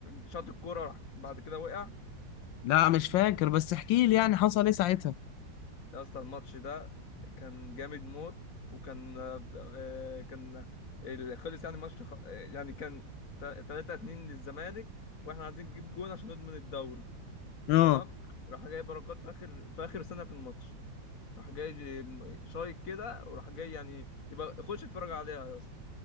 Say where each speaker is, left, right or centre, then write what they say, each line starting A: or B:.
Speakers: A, on the left; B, on the left.
A: شاط الكورة راح بعد كده وقع
B: لا مش فاكر بس احكي لي يعني
A: كان-
B: حصل ايه ساعتها
A: يا اسطى الماتش ده كان جامد موت وكان آه، كان ال- خلص يعني الماتش خ- يعني كان 3 2 للزمالك واحنا عايزين نجيب جون عشان نضمن الدوري
B: اه
A: تمام راح جاي بركات في اخر في اخر سنه في الماتش راح جاي ج- شايط كده وراح جاي يعني يبقى خش اتفرج عليها يا اسطى